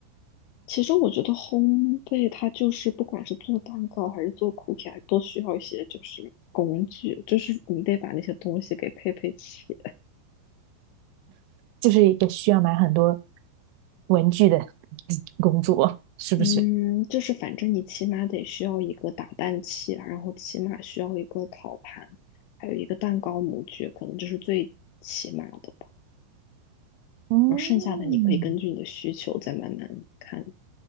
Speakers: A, on the left; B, on the right.
A: 其实我觉得烘焙它就是不管是做蛋糕还是做 cookie，还都需要一些就是工具，就是你得把那些东西给配配齐。
B: 就是一个需要买很多文具的 <laughs> 工作，是不是？
A: 嗯，就是反正你起码得需要一个打蛋器啊，然后起码需要一个烤盘，还有一个蛋糕模具，可能这是最起码的。
B: 嗯，
A: 然后剩下的你可以根据你的需求再慢慢看